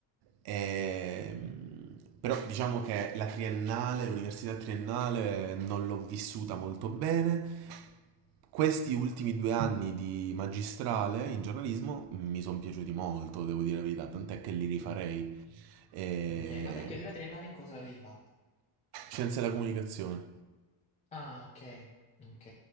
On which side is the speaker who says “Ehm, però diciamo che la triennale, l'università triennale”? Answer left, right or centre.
Right